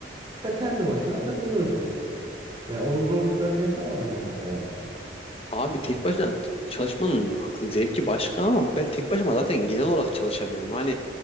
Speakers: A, on the right; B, on the left.
A: Ta kendi başına takılıyorsun. Yani onun zorluklarını yaşamadın mı mesela hiç?
B: Abi tek başına t- çalışmanın zevki başka ama ben tek başıma zaten genel olarak çalışamıyorum. Hani